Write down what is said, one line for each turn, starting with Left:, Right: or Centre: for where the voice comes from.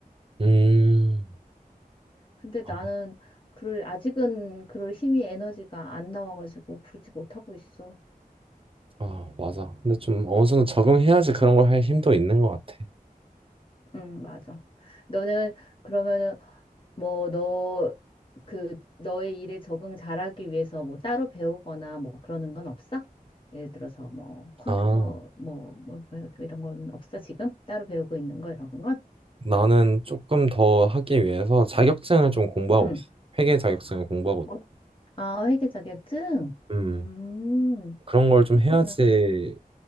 Right: 음,
Left: 근데
Right: 아,
Left: 나는 그럴 아직은 그럴 힘이 에너지가 안 나와가지고 그러지 못하고 있어.
Right: 아, 맞아. 근데 좀 어느 정도 적응해야지 그런 걸 할 힘도 있는 것 같아.
Left: 응, 맞아. 너는 그러면은 뭐, 너, 그, 너의 일에 적응 잘하기 위해서 뭐 따로 배우거나 뭐 그러는 건 없어? 예를 들어서 뭐 컴퓨터
Right: 아
Left: 뭐, 뭐, 뭐 이런 건 없어, 지금? 따로 배우고 있는 거 이런 건?
Right: 나는 조금 더 하기 위해서 자격증을 좀 공부하고
Left: 응.
Right: 있어. 회계 자격증을 공부하고 있고.
Left: 어, 아, 회계 자격증?
Right: 음
Left: 음,
Right: 그런 걸 좀
Left: 그렇구나.
Right: 해야지